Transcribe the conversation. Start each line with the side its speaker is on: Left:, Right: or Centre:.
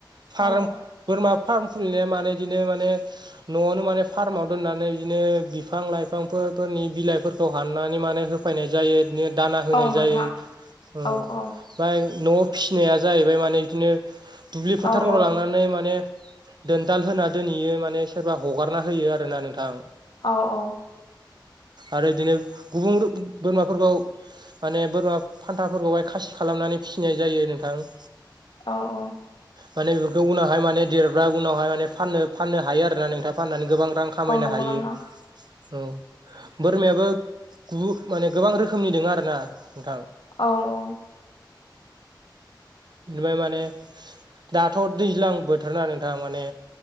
Right: फार्म
Left: औ
Right: बोरमा फार्म खुलिनाया माने इदिनो माने न'आवनो माने फार्माव दोननानै इदिनो बिफां लाइफांफोर फोरनि बिलाइफोरखौ हाननानै माने होफायनाय जायो इदिनो दाना होनाय
Left: औ
Right: जायो
Left: नोंथां
Right: ओ
Left: औ
Right: ओमफाय
Left: औ
Right: नआव फिसिनाया जाहैबाय माने बिदिनो दुब्लि फोथारफोराव
Left: औ औ
Right: लांनानै माने दोनथाल होना दोनहैयो माने सोरबा हगारना होयो आरो ना नोंथां
Left: औ औ
Right: आरो बिदिनो गुबुन बोरमाफोरखौ माने बोरमा फान्थाफोरखौहाय खासि खालामनानै फिसिनाय जायो नोंथां
Left: औ औ
Right: माने बेफोरखौ उनावहाय माने देरब्ला उनावहाय माने फाननो फाननो हायो आरोना नोंथां फाननानै गोबां रां खामायनो
Left: औ नंगौ
Right: हायो
Left: नोंथां
Right: औ बोरमायाबो गुबु गोबां रोखोमनि रोखोमनि दोङो आरो ना नोंथां
Left: औ औ
Right: बिनिफ्राय माने दाथ' दैज्लां बोथोरना नोंथां माने